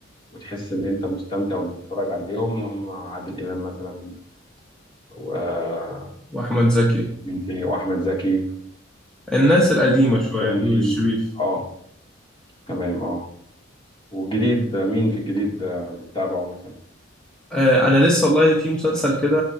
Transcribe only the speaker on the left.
وتحس ان انت مستمتع وانت بتتفرج عليهم هم عادل امام مثلا ومين
تاني واحمد زكي
وكمان
في
اه تمام اه والجديد آه، مين في الجديد آه، بتتابعه مثلا